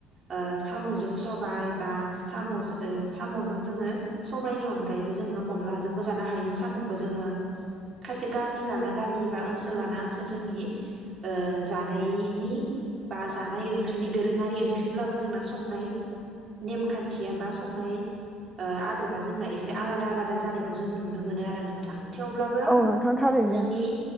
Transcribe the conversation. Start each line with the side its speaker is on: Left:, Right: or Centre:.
Right: ओ साम'जों सबाय बा साम' जो ओ साम'जों जोङो सबायनि अनगायैबो जोङो अनलाजोंबो जानो हायो साम'खौ जोङो खायसे गामि लाना गामि बा ओनसोल लाना ओनसोल जोंनि ओ जानायनि बा जानाय ओं ख्रिनि दोरोङारि ओंख्रि ब्लाबो जोंना संनाय नेमखान्थिया बा संनाय ओ आद थ'बा जोंना एसे आलादा आलादा जानायखौ जोङो नुनो मोनो आरो नोंथां। थेवब्लाबो
Centre: औ नोंथां थारैनो
Right: जोंनि